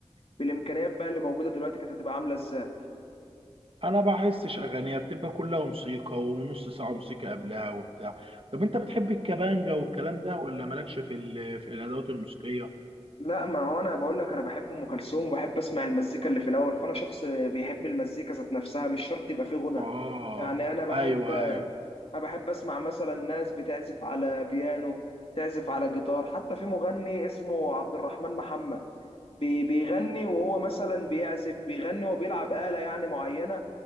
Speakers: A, on the left; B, on the right.
A: بالامكانيات بقى اللي موجوده دلوقتي كانت هتبقى عامله ازاي
B: انا بحسش اغانيها بتبقى كلها موسيقى ونص ساعه موسيقى قبلها وبتاع طب انت بتحب الكمانجا والكلام ده ولا مالكش في ال- في الادوات الموسيقيه
A: لا ما هو انا بقول لك انا بحب ام كلثوم وبحب اسمع المزيكا اللي في الاول فانا شخص بيحب المزيكا ذات نفسها مش شرط يبقى فيه غنى
B: اه
A: يعني انا بحب
B: ايوه ايوه
A: انا بحب اسمع مثلا ناس بتعزف على بيانو تعزف على جيتار حتى في مغني اسمه عبد الرحمن محمد بي- بيغني وهو مثلا بيعزف بيغني وبيلعب آلة يعني معينة